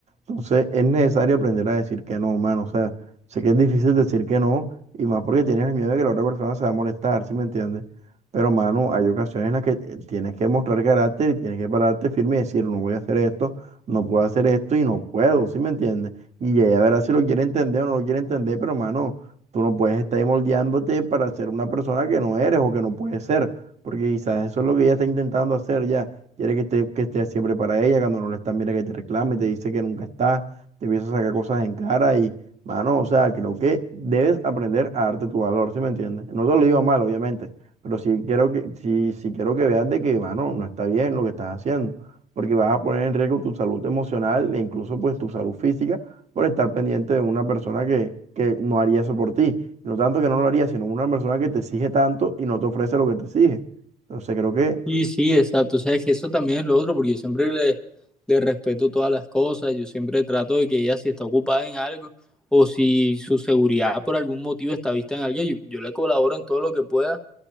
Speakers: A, on the right; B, in the centre.
A: Entonces, es necesario aprender a decir que no, mano. O sea, sé que es difícil decir que no y más porque tienes el miedo de que la otra persona se va a molestar, ¿sí me entiendes? Pero, mano, hay ocasiones en las que eh, tienes que mostrar carácter y tienes que pararte firme y decir, no voy a hacer esto no puedo hacer esto y no puedo, ¿sí me entiendes? Y ella verá si lo quiere entender o no lo quiere entender, pero mano, tú no puedes estar ahí moldeándote para ser una persona que no eres o que no puedes ser, porque quizás eso es lo que ella está intentando hacer ya. Quiere que esté, que estés siempre para ella, cuando no lo estás, mira que te reclame, te dice que nunca está, te empieza a sacar cosas en cara y, mano, o sea, creo que debes aprender a darte tu valor, ¿sí me entiendes? No te lo digo mal, obviamente, pero sí quiero que, sí, sí quiero que veas de que, mano, no está bien lo que estás haciendo porque vas a poner en riesgo tu salud emocional e incluso pues tu salud física por estar pendiente de una persona que, que no haría eso por ti. Y No tanto que no lo haría, sino una persona que te exige tanto y no te ofrece lo que te exige. Entonces creo que
B: Sí, sí, exacto. O sea, es que eso también es lo otro, porque yo siempre le, le respeto todas las cosas, yo siempre trato de que ella si está ocupada en algo o si su seguridad por algún motivo está vista en algo, yo, yo le colaboro en todo lo que pueda